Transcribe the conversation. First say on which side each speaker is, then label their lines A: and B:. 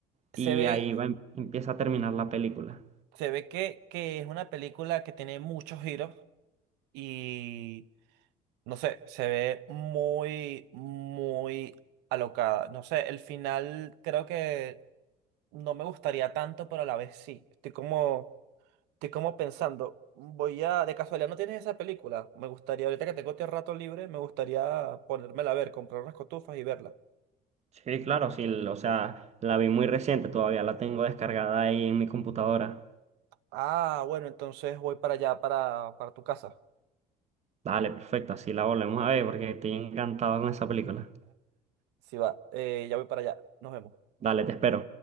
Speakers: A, on the right (about 85°); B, on the right (about 40°).
A: se
B: y
A: ve,
B: ahí va, em- empieza a terminar la película.
A: se ve que, que es una película que tiene muchos giros y no sé, se ve muy, muy alocada. No sé, el final creo que no me gustaría tanto, pero a la vez sí. Estoy como. Estoy como pensando, voy a, de casualidad, ¿no tienes esa película? Me gustaría, ahorita que tengo este rato libre, me gustaría ponérmela a ver, comprar unas cotufas y verla.
B: Sí, claro, sí, l- o sea, la vi muy reciente, todavía la tengo descargada ahí en mi computadora.
A: Ah, bueno, entonces voy para allá, para, para tu casa.
B: Dale, perfecto, así la volvemos a ver porque estoy encantado con esa película.
A: Si va, eh, ya voy para allá. Nos vemos.
B: Dale, te espero.